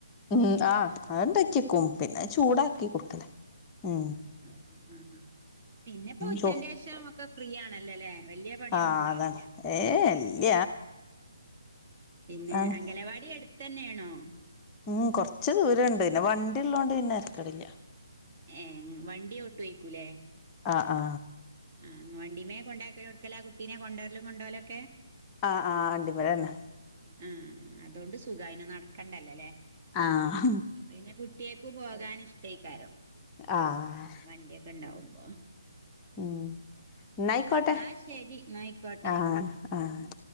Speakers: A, on the left; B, on the right.
A: ഉം ആഹ് അത്ണ്ടക്കക്കും പിന്നെ ചൂടാക്കി കൊടുക്കലേ ഉ
B: ഉം ഉം പിന്നെപ്പോ ഉച്ചന്റെ
A: ചോ
B: ശേഷം ഒക്കെ ഫ്രീ ആണല്ലേല്ലെ വലിയ പണിയൊന്നും
A: ആഹ്
B: ഉണ്ടാവൂല
A: അതാണ് ഏഹ് ഇല്ല
B: പിന്നെ
A: ആഹ്
B: അംഗലവാടി അടുത്ത് തന്നെയാണോ
A: ഉം കൊറച്ച് ദൂരം ഉണ്ട് പിന്നെ വണ്ടി ഉള്ളോണ്ട് പിന്നെ തെരെകെടില്ല
B: ഏ വണ്ടി ഒട്ടേക്കൂലേ
A: ആ ആ
B: ആഹ് വണ്ടീമേ കൊണ്ടൊക്കികൊടുക്കല കുട്ടിനെ കൊണ്ടുവരലും കൊണ്ടാവലും
A: ആഹ് ആ് വണ്ടി മ്മലന്നെ
B: ആഹ അതുകൊണ്ട് സുഖമായിന നടക്കണ്ടല്ലല്ലേ
A: ആഹ്
B: അപ്പൊ പിന്നെ കുട്ടിയക്കും പോകൻ ഇഷ്ടേക്കാരം
A: ആഹ
B: വണ്ടിയൊക്കെ ഉണ്ടാവുമ്പോ
A: ഉം ന്നായിക്കോട്ടെ
B: ന്നാ ശരി ന്നാ ആയിക്കോട്ടെ
A: ആഹ ആഹ
B: ഉം